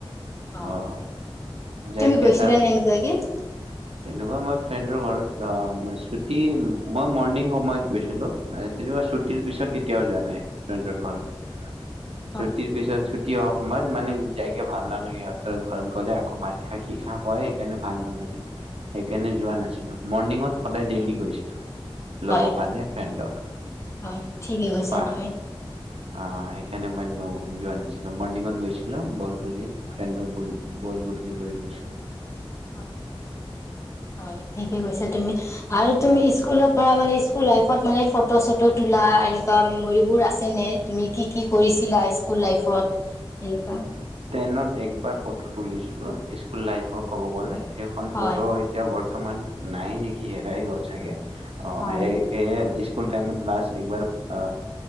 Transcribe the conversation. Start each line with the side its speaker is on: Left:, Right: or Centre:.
Left: অ
Right: আহ, যাইকে
Left: তুমি
Right: তাত
Left: <unintelligible> <inaudible>
Right: তেনেকুৱা মই ফ্ৰেণ্ডৰ ঘৰত অ' ছুটি মই মৰ্ণিং সময়ত গৈছিলোঁ। এই তেনকুৱা ছুটিৰ পিছত কেতিয়াও যোৱা নাই ফ্ৰেণ্ডৰ ঘৰত।
Left: <inaudible>
Right: ছুটিৰ পিছত ছুটি হোৱাৰ সময়ত মানে যাইকে ভাল নালাগে, সিহঁতৰ ঘৰত গ'লে আকৌ ভাত খা কি খা কয় সেইকাৰণে ভাল নালাগে সেইকাৰণে যোৱা নাছিলো, মৰ্ণিঙত সদায় ডেইলি গৈছিলোঁ। ল'বৰ
Left: হয়
Right: কাৰণে ফ্ৰেণ্ডক।
Left: হয় ঠিকে কৈছা
Right: বাহ
Left: তুমি
Right: অ' সেইকাৰণে মই ন যোৱা নাছিলোঁ, মৰ্ণিঙত গৈছিলোঁ বল বুলি ফ্ৰেণ্ডক বুল বল বুল কি লৈ গৈছোঁ।
Left: হয়, হয়, ঠিকে কৈছা তুমি আৰু তুমি স্কুলৰ পৰা মানে, স্কুল লাইফত মানে ফটো চটো তোলা এনে তা মেমৰিবোৰ আছে নে, তুমি কি কি কৰিছিলা স্কুল লাইফত সেনেকুৱা?
Right: টেইনত একবাৰ ফটো তুলিছিলোঁ স্কুল লাইফৰ ক'ব গ'লে, সেইখন
Left: হয়
Right: ফটো এতিয়া বৰ্তমান নাই নেকি হেৰাই গ'ল চাগে, অ'
Left: হয়
Right: সেই সেয়ে স্কুল টাইমত লাষ্ট একবাৰ আ,